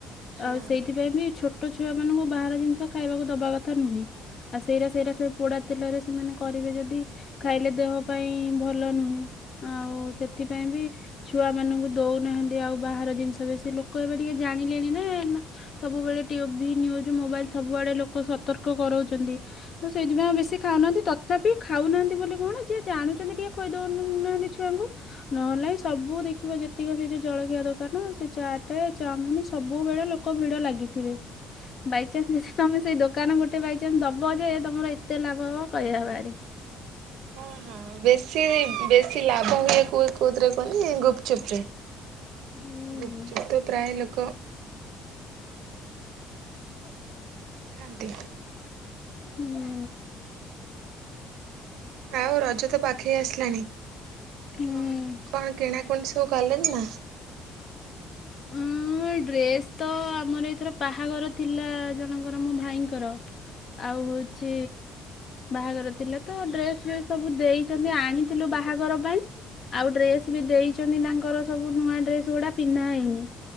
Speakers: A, on the right (about 85°); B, on the left (about 45°).
A: ହଁ
B: ଆଉ ସେଇଥିପାଇଁ ବି ଛୋଟଛୁଆ ମାନଙ୍କୁ ବାହାର ଜିନିଷ ଖାଇବାକୁ ଦବାକଥା ନୁହେଁ ଆଉ ସେଇଟା ସେଇଟା ସେ ପୋଡା ତେଲରେ ସେମାନେ କରିବେ ଯଦି ଖାଇଲେ ଦେହ ପାଇଁ ଭଲ ନୁହେଁ ଆଉ ସେଥିପାଇଁ ବି ଛୁଆମାନଙ୍କୁ ଦଉନାହାନ୍ତି ଆଉ ବାହାର ଜିନିଷ ବେଶୀ ଲୋକ ଏବେ ଟିକେ ଜାଣିଲେଣି ନା। ସବୁବେଳେ ଟିଭି ନ୍ୟୁଜ ମୋବାଇଲ ସବୁଆଡେ ଲୋକ ସତର୍କ କରାଉଛନ୍ତି। ତ ସେଇଥିପାଇଁ ଆଉ ବେଶୀ ଖାଉନାହାନ୍ତି ତଥାପି ଖାଉନାହାନ୍ତି ବୋଲି କଣ ଯିଏ ଜାଣୁଛନ୍ତି ଟିକେ ଖୋଇ ଦଉନି ନାଆନ୍ତି ଛୁଆଙ୍କୁ। ନହେଲେ ନାଇଁ ସବୁ ଦେଖିବ ଯେତିକି ସେ ଯୋଉ ଜଳଖିଆ ଦୋକାନ ସେ ଚାଟ ଚାଉମିନ ସବୁବେଳେ ଲୋ ଲୋକଭିଡ଼ ଲାଗିଥିବେ। ବାଇଚାନ୍ସ ଯିଏ ତମେ ସେଇ ଦୋକାନ ଗୋଟେ ବାଇଚାନ୍ସ ଦବ ଯେ ତମର ଏତେ ଲାଭ ହବ କହିବା ବାହାରେ।
A: ହଁ ହଁ ବେଶୀ ବେଶୀ ଲାଭ ହୁଏ କୋଉ କୋଉଥିରେ କୁହନି ଗୁପଚୁପରେ।
B: ହୁଁ।
A: ଗୁପଚୁପ ତ ପ୍ରାୟ ଲୋକ
B: ହୁଁ ହୁଁ
A: ଖାଆନ୍ତି।
B: ହୁଁ।
A: ଆଉ ରଜ ତ ପାଖେଇ ଆସିଲାଣି
B: ହୁଁ।
A: କଣ କଣ କିଣା କୁଣି ସ ତୁ ଗଲେ ନା।
B: ହଁ ଡ୍ରେସ ତ ଆମର ଏଇଥର ବାହାଘର ଥିଲା ଜଣଙ୍କର ମୋ ଭାଇଙ୍କର। ଆଉ ହଉଚି ବାହାଘର ଥିଲା ତ ଡ୍ରେସ ଫେସ୍ ସବୁ ଦେଇଛନ୍ତି ଆଣିଥିଲୁ ବାହାଘର ପାଇଁ ଆଉ ଡ୍ରେସ ବି ଦେଇଛନ୍ତି ତାଙ୍କର ସବୁ ନୂଆ ଡ୍ରେସ ଗୁଡା ପିନ୍ଧା ହେଇନି।